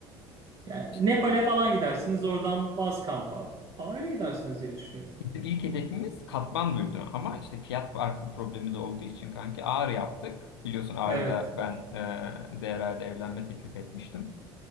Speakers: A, on the right (about 45°); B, on the left (about 85°).
A: Yani
B: işte
A: Nepal'e falan gidersiniz. Oradan baz kampa falan öyle gidersiniz diye düşünüyorum.
B: bizim ilk hedefimiz Katmandu'ydu ama işte fiyat farkı problemi de olduğu için kanki Ağrı yaptık. Biliyorsun Ağrı'da
A: Evet.
B: ben e, Değeray'da evlenme teklif etmiştim.